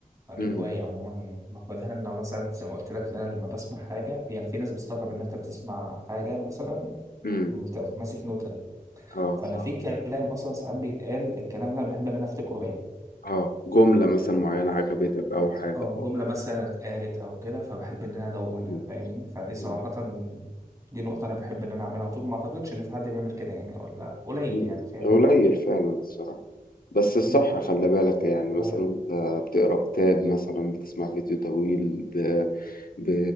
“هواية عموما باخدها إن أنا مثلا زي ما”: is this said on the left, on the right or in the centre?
Right